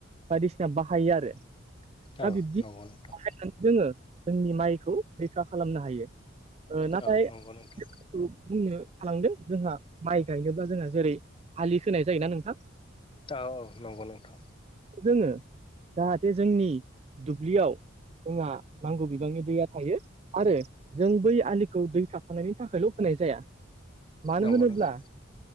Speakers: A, on the right (about 30°); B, on the left (about 25°).
A: बायदिसिना बाहायो आरो दा
B: ओ
A: बिब्दि
B: नंगौ नोंथां
A: बाहायनानै जोङो जोंनि माइखौ रैखा खालामनो हायो नाथाय
B: औ नंगौ नोंथां
A: बुंनो थालांदों जोंहा माइ गायनोब्ला जोंहा जेरै आालि खोनाय जायोना नोंथां
B: औ औ नंगौ नोंथां
A: जोङो जाहाथे जोंनि दुब्लियाव जोंहा नांगौ बिबांनि दैया थायो आरो जों बै आलिखौ दै थाबथानायनि थाखायल' खोनाय जाया मानो
B: नंगौ
A: होनोब्ला
B: नोंथां